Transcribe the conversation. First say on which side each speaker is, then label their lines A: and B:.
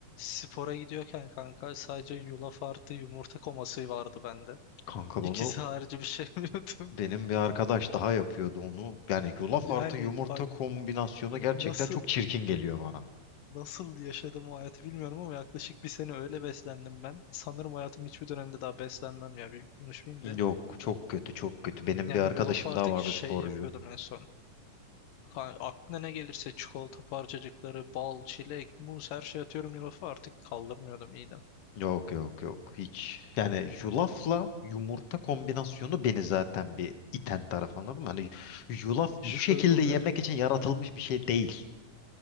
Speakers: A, on the left (about 85°); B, on the left (about 50°).
A: spora gidiyorken kanka sadece yulaf artı yumurta koması vardı bende.
B: Kanka onu
A: İkisi harici bir şey <laughs> yemiyordum.
B: benim bir arkadaş daha yapıyordu onu. Yani yulaf
A: Yani
B: artı yumurta
A: bak
B: kombinasyonu gerçekten
A: nasıl
B: çok çirkin geliyor bana.
A: nasıl yaşadım o hayatı bilmiyorum ama yaklaşık bir sene öyle beslendim ben. Sanırım hayatım hiçbir dönemde daha beslenmem ya büyük konuşmayayım da.
B: Yok çok kötü çok kötü. Benim
A: Yani
B: bir arkadaşım
A: yulafı artık
B: daha vardı
A: şey
B: sporcu.
A: yapıyordum en son. Kan- aklına ne gelirse çikolata parçacıkları, bal, çilek, muz her şey atıyorum yulafı artık kaldırmıyordum midem.
B: Yok yok yok hiç. Yani yulafla yumurta kombinasyonu beni zaten bir iten taraf anladın mı? Hani yulaf
A: Şöyle
B: bu şekilde
A: oluyordu.
B: yemek için yaratılmış bir şey değil.